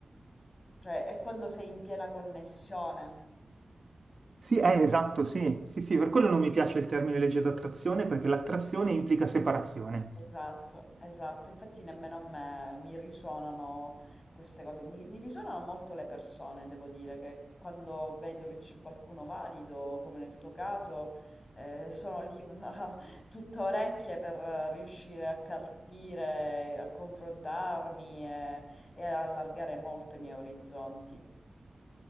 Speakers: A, on the left; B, on the right.
A: Cioè è quando sei in piena connessione.
B: Sì, eh, esatto, sì, sì, sì, per quello non mi piace il termine legge d'attrazione, perché l'attrazione implica separazione.
A: Esatto, esatto, infatti nemmeno a me mi risuonano queste cose, mi, mi risuonano molto le persone, devo dire, che quando vedo che c'è qualcuno valido, come nel tuo caso, eh, sono lì una- <laughs> tutta orecchie per riuscire a carpire, a confrontarmi e, e ad allargare molto i miei orizzonti.